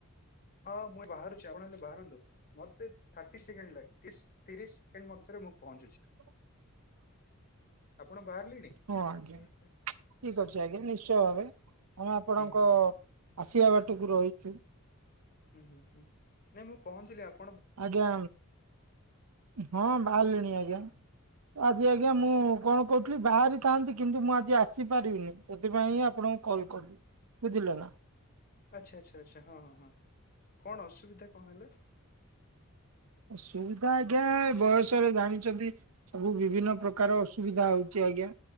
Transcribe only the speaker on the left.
ହଁ ମୁଇଁ ବାହାରୁଛି ଆପଣ ହେଲେ ବାହାରନ୍ତୁ। ମତେ ଥାର୍ଟି ସେକେଣ୍ଡ ଲାଗ ତିରିଶ ତିରିଶ ସେକେଣ୍ଡ ମଧ୍ୟରେ ମୁଁ ପହଞ୍ଚୁଛି।
ଆପଣ ବାହାରିଲେଣି।
ଆଁ,
ଆଁ,
ହୁଁ ହୁଁ ହୁଁ
ହୁଁ ହୁଁ ହୁଁ ନାଇଁ ମୁଁ ପହଞ୍ଚିଲି। ଆପ
ଆଚ୍ଛା ଆଚ୍ଛା ଆଚ୍ଛା ହଁ ହଁ ହଁ କଣ ଅସୁବିଧା କଣ ହେଲା?